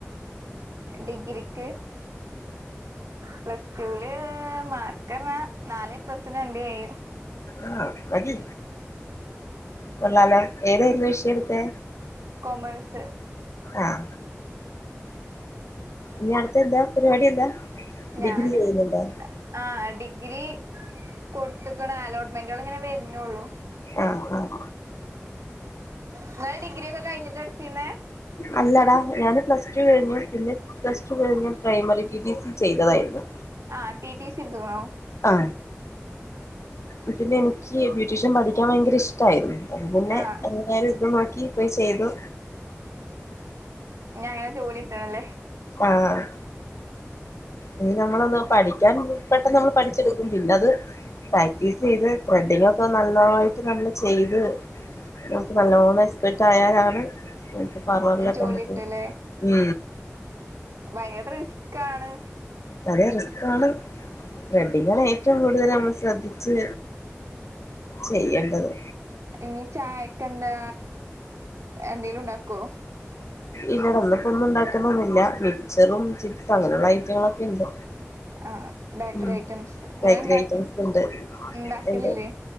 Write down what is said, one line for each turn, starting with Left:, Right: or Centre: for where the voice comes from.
Right: ഡിഗ്രിക്ക് പ്ലസ് ടുല് മാർക്ക ർഞ നാലേപ്ലസും രണ്ട് എ യും.
Left: ആ മതി കൊള്ളാലോ ഏതായിരുന്നു വിഷയം എടുത്തെ
Right: കോമഴസ്
Left: ആഹ ഇനി അടുത്തെ എന്താ പരിപാടി എന്താ
Right: ഞാന്
Left: ഡിഗ്രി ചെയ്യുന്നുണ്ടോ
Right: ആ ഡിഗ്രി കൊടുത്തക്കണ അലോട്ട്മെന്റുകൾ ഇങ്ങനെ വരുന്നള്ളൂ
Left: ആഹ ആഹ
Right: നിങ്ങള്ൾ ഡിഗ്രി ഒക്കെ കഴിഞ്ഞിട്ട് എടുത്തിന്നേ
Left: അല്ലാടാ ഞാന് പ്ലസ് ടു കഴിഞ്ഞു പിന്നെ പ്ലസ് ടു കഴിഞ്ഞഞ് പ്രൈമറി ടി ടി സി ചെയ്തതായിരുന്നു
Right: ആഹ ടി ടി സി എടുത്തക്കണോ
Left: ആ ഇതില് എനിക്ക് ബ്യൂട്ടീഷ്യൻ പഠിക്കാൻ ഭയങ്കര ഇഷ്ടായിരുന്നു അത് പിന്നെ
Right: ആഹ്
Left: എങ്ങും ഇതു നോക്കി പോയി ചെയ്തു
Right: ഇനി അങ്ങനെ ജോലി കിട്ടണല്ലേ
Left: ആഹ് ഇനി നമ്മളൊന്ന് പഠിക്കാൻ പെട്ടെന്ന് നമ്മൾ പഠിച്ചെടുക്കും പിന്നത് പ്രാക്ടീസ് ചെയ്ത് ത്രെഡിങ് ഒക്കെ നന്നായിട്ട് നമ്മള് ചെയ്ത് നമുക്ക് നല്ലോണം എസ്പട്ടായാലാണ് എന്ന്ട്ട് പാർലറിലൊക്കെ
Right: ജോലി
Left: നമ്മക്ക്
Right: കിട്ടല്ലേ
Left: ഉ
Right: ഭയങ്കര റിസ്കാണ്
Left: അതേ റിസ്ക്കാണ് ത്രെഡിങ്ങാണ് ഏറ്റവും കൂടുതൽ നമ്മൾ ശ്രദ്ധിച്ച് ചെയ്യേണ്ടത്
Right: ഇനി ചായക്കെ എന്താ എന്തെലും ഉണ്ടാക്കോ
Left: ഇല്ലടന്നപ്പോ ഒന്നും ഉണ്ടാക്കുന്നൊന്നില്ല മിച്ചറും ചിപ്സും അങ്ങനെയുള്ള ഐറ്റങ്ങളൊക്കെ ഉണ്ട്
Right: ആ ബേക്കറി
Left: ഉ
Right: ഐറ്റംസ് നിങ്ങൾ
Left: ബേക്കറി
Right: ഉണ്ടാക്ക
Left: ഐറ്റംസ് ഉണ്ട്
Right: ഉണ്ടാക്കലില്ലേ
Left: എന്ത്